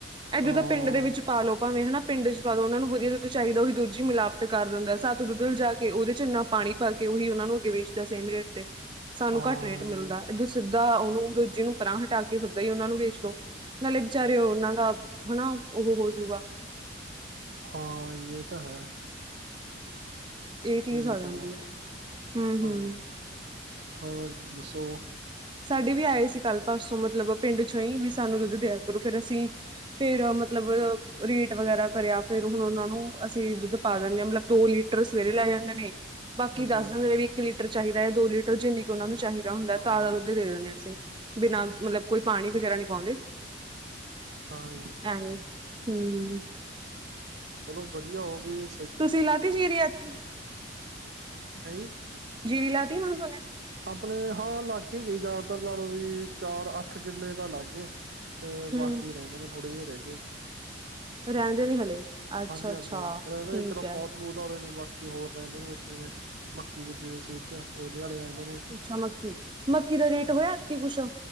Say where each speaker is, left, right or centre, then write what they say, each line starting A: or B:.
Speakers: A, on the right; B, on the right.
A: ਇਹ ਜ
B: ਹਾਂ
A: ਦਾ ਪਿੰਡ ਦੇ ਵਿੱਚ। ਪਾਾਲੋ ਭਵੇਂ ਹਨਾ ਪਿੰਡ ਚ ਪਾ ਲਓ ਉਹਨਾਂ ਨੂੰ ਵਧੀਆ ਦੁੱਧ ਚਾਹੀਦਾ ਉਹੀ ਦੱਧਜੀ ਮਿਲਾਵਟ ਕਰ ਦਿੰਦਾ ਸੱਤ ਦੁੱਧਲ ਜਾ ਕੇ ਉਹਦੇ ਚ ਇੰਨਾ ਪਾਣੀ ਪਾ ਕੇ ਉਹੀ ਉਹਨਾਂ ਨੂੰ ਅੱਗੇ ਵੇਚਦਾ ਸੇਮ ਰੇਟ ਤੇ, ਸਾਨੂੰ
B: ਹਾਂ
A: ਘੱਟ ਰੇਟ ਮਿਲਦਾ। ਦਾ ਉਹਨੂੰ ਦੋਜੀ ਨੂੰ ਪਰਾਂ ਹਟਾ ਕੇ ਸੱਦਾ ਹੀ ਉਹਨਾ ਨੂੰ ਵੇਚ ਲ ਨਾਲੇ ਬਚਾਰੇ ਉਹਨਾਂ ਦਾ ਹਨਾ ਉਹ ਹੋਜੂਗਾ।
B: ਹਾਂ ਇਹ ਤਾਂ ਹੈ
A: ਇਹ ਚੀਜ਼
B: ਸਹੀ
A: ਆ ਜਾਂਦੀ
B: ਚਲੋ
A: ਆ ਹ
B: ਹਾਂ ਹੋਰ ਦੱਸੋ
A: ਸਾਡੀ ਵੀ ਆਏ ਸੀ ਕੱਲ ਪਰਸੋਂ ਮਤਲਬ ਪਿੰਡ ਚੋਂ ਹੀ ਵੀ ਸਾਨੂੰ ਦੁੱਧ ਦਿਆ ਕਰੋ ਫਿਰ ਅਸੀਂ- ਫਿਰ ਮਤਲਬ ਰੇਟ ਵਗੈਰਾ ਕਰਿਆ ਫਿਰ ਹੁਣ ਉਹਨਾਂ ਨੂੰ ਅਸੀਂ ਦੁੱਧ ਪਾ ਦਿੰਦੇ ਆ ਮਤਲਬ ਦੋ- ਲੀਟਰ ਸਵੇਰੇ ਲੈ ਜਾਂਦੇ ਨੇ। ਬਾਕੀ
B: ਹਾਂਜੀ
A: ਦੱਸ ਦਿਦੇ ਵੀ ਇੱਕ ਲੀਟਰ ਚਾਹੀਦਾ ਦੋ ਲੀਟਰ ਉਹਨਾਂ ਨੂੰ ਚਾਹੀਦਾ ਹੁੰਦਾ
B: ਹਾਂ
A: ਤਾਜ਼ਾ-
B: ਜੀ
A: ਦੁੱਧ ਦੇ ਦੇਵੇ ਹਾਂ ਅਸੀ ਬਿਨਾ ਮਤਲਬ ਕੋਈ ਪਾਣੀ ਵਗੈਰਾ ਨਹੀਂ ਪਾਉਂਦੇ।
B: ਹਾਂਜੀ।
A: ਐਵੇੱ ਹਮ।
B: ਚਲੋ ਵਧੀਆ ਹੋਵੇ
A: ਤੁਸੀਂ ਲਾਤੀ ਜੀਰੀ ਐਤਕੀ
B: ਹੈ
A: ਜੀਰੀ ਲਾ ਤੀ ਮਗੋ ਨੇ।
B: ਆਪਣੇ ਆ ਲੱਗ ਹੀ ਜਿਆਦਾ ਵੀ ਚਾਰ ਅੱਠ ਕਿੱਲੇ ਤਾਂ ਲੱਗ ਗਏ। ਤੇ ਬਾਕੀ
A: ਹਮ
B: ਰਹਿੰਦੇ ਨੇ, ਥੋੜੇ ਜਿਹੇ ਰਹਿ ਗਏ।
A: ਰਹਿੰਦੇ
B: ਅੱਛਾ,
A: ਨੀ ਹਲੇ ਅੱਛਾ
B: ਹਾਂਜੀ-ਹਾਂਜੀ
A: ਅੱਛਾ
B: ਰਹਿੰ
A: ਠੀਕ
B: ਇੱਕ ਤਾਂ
A: ਹੈ
B: ਹੁਤ ਦਲੇ ਨੇ ਬਾਕੀ ਹੋਰ ਰਹਿੰਦੇ ਨੇ ਵਿੱਚ ਜਿਵੇਂ ਮੱਕੀ ਬੀਜੀ ਹੋਈ ਸੀ। ਉਹਦੇ ਆਲੇ ਰਹਿੰਦੇ ਨੇ।
A: ਅੱਛਾ ਮੱਕੀ। ਮੱਕੀ ਦਾ ਰੇਟ ਹੋਇਆ ਐਤਕੀ ਕੁਛ ਆ